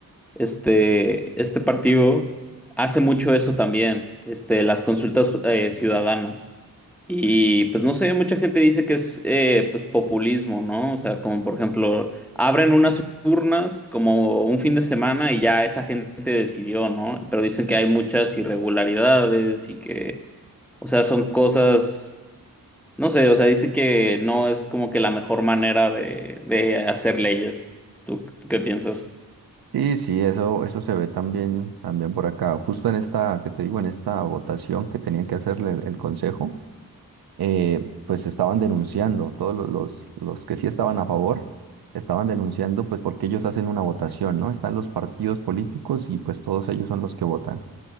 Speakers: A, in the centre; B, on the right.
A: Este, este partido hace mucho eso también, este, las consultas eh, ciudadanas. Y pues no sé, mucha gente dice que es eh, pues populismo, ¿no? O sea, como por ejemplo, abren una turnas como un fin de semana y ya esa gente decidió, ¿no? Pero dicen que hay muchas irregularidades y que, o sea, son cosas, no sé, o sea, dice que no es como que la mejor manera de, de hacer leyes. ¿Tú qué piensas?
B: Sí, sí, eso, eso se ve también, también por acá. Justo en esta, que te digo, en esta votación que tenían que hacerle el, el consejo, eh, pues estaban denunciando, todos lo- los, los que sí estaban a favor, estaban denunciando, pues porque ellos hacen una votación, ¿no? Están los partidos políticos y pues todos ellos son los que votan.